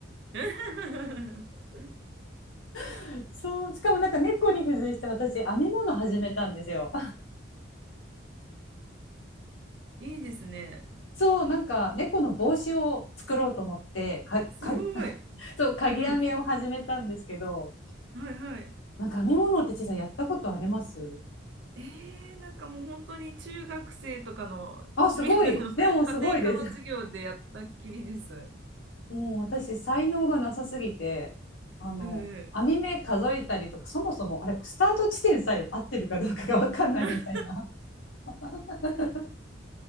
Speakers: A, on the right; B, on the left.
A: <laughs>
B: <laughs> そうしかもなんか猫に付随して私編み物始めたんですよ
A: いいですね。
B: <laughs> そうなんか猫の帽子を作ろうと思ってかか
A: すごい。
B: <laughs> そう鍵編みを始めたんですけど
A: うん。はいはい。
B: なんか編み物ってちさいやったことあります
A: えー、なんかもう本当に中学生とかの、<laughs> あの
B: あすごいでもすごいです
A: 家庭科の授業でやったっきりです。
B: もう私、才能がなさすぎて、あの、
A: うん。
B: 網目数えたりとか、そもそもあれ、スタート地点さえ合ってるかどうかが分かんないみたいな。
A: <laughs>
B: <laughs>